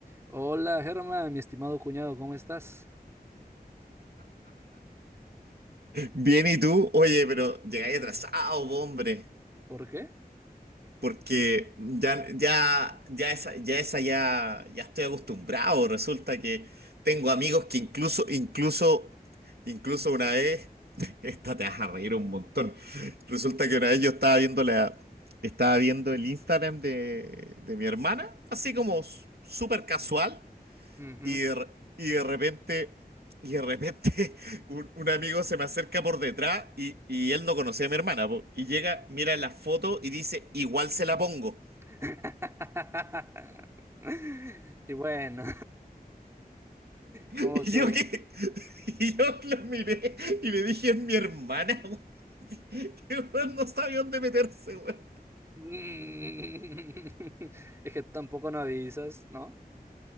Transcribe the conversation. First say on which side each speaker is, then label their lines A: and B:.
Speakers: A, on the right; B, on the right.
A: Hola, Germán, mi estimado cuñado, ¿cómo estás?
B: Bien, ¿y tú? Oye, pero llegáis atrasado, po, hombre,
A: ¿Por qué?
B: porque ya, ya, ya esa, ya esa, ya, ya estoy acostumbrado. Resulta que tengo amigos que incluso, incluso, incluso una vez, <laughs> esta te vas a reír un montón. Resulta que una vez yo estaba viendo la, estaba viendo el Instagram de, de mi hermana, así como s- súper casual.
A: Ujú.
B: Y de, re- y de repente, y de repente <laughs> un, un amigo se me acerca por detrás y, y él no conocía a mi hermana, po. y llega, mira la foto y dice, igual se la pongo.
A: <laughs> Y bueno, <laughs>
B: <laughs>
A: como
B: Y
A: que...
B: yo que, <laughs> y yo lo miré y le dije, es mi hermana, weón". <laughs> Que, weón, no sabía dónde meterse, weón.
A: <laughs> Es que tampoco no avisas, ¿no?